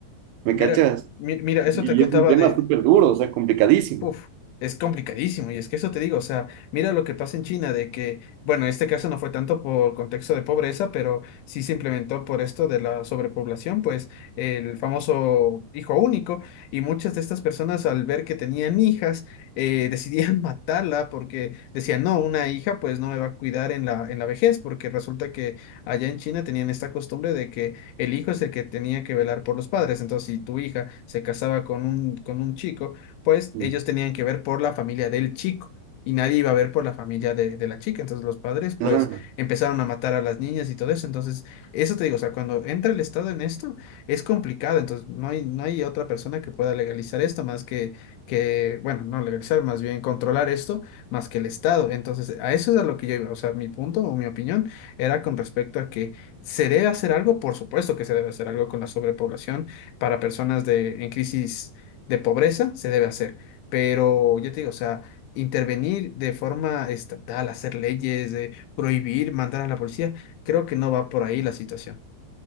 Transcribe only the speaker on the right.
¿me
cachas?
Y
y es un tema
súper duro, o sea, complicadísimo.
Ujú.
Claro.